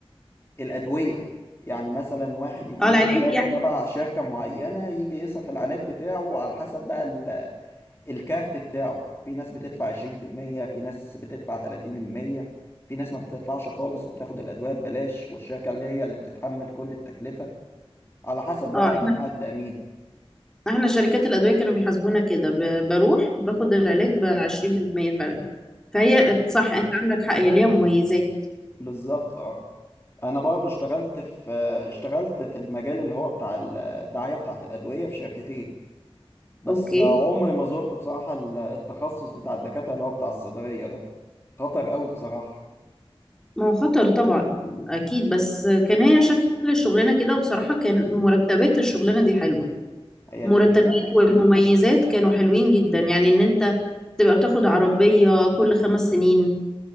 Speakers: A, on the left; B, in the centre.
A: الأدوية يعني مثلا واحد يكون
B: اه العلاج
A: مشترك
B: يعني
A: تبع شركة معينة يجي يصرف العلاج بتاعه على حسب بقى ال... الكارت بتاعه في ناس بتدفع 20% في المية، في ناس بتدفع 30% في المية، في ناس ما بتدفعش خالص وبتاخد الأدوية ببلاش والشركة اللي هي اللي بتتحمل كل التكلفة على حسب
B: اه
A: بقى
B: احنا
A: أنواع التأمين
B: احنا شركات الأدوية كانوا بيحاسبونا كده ب- بروح باخد العلاج ب 20% فعلا فهي صح انت عندك حق هي ليها مميزات
A: بالظبط اه انا برضو اشتغلت في اشتغلت في المجال اللي هو بتاع الدعاية بتاعت الأدوية في شركتين بس
B: اوكي
A: عمري ما زرت بصراحة ال- التخصص بتاع الدكاترة اللي هو بتاع الصيدلية ده خطر قوي بصراحة
B: ما هو خطر طبعا اكيد بس كان هي شكل الشغلانه كده بصراحه كان مرتبات الشغلانه دي حلوه
A: هي
B: مرتبات
A: للأمانة
B: والمميزات كانوا حلوين جدا يعني ان انت تبقى بتاخد عربيه كل خمس سنين